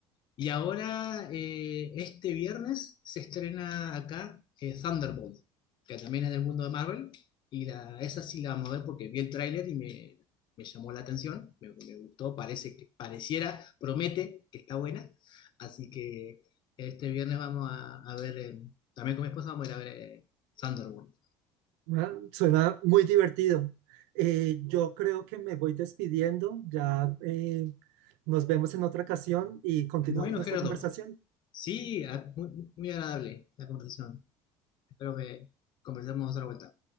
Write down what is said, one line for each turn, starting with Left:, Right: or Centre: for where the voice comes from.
Left: Y ahora, eh, este viernes, se estrena acá eh, Thunderbolt, que también es del mundo de Marvel. Y la, esa sí la vamos a ver porque vi el tráiler y me, me llamó la atención, me, me gustó, parece que pareciera, promete que está buena. Así que este viernes vamos a, a ver, eh, también con mi esposa vamos a ir a ver eh, Thunderbolt.
Right: bueno, suena muy divertido. Eh, yo creo que me voy despidiendo. Ya eh, nos vemos en otra ocasión y continuamos
Left: Bueno,
Right: nuestra
Left: Gerardo,
Right: conversación.
Left: sí, a- muy, muy agradable la conversación. Espero que conversemos otra vuelta.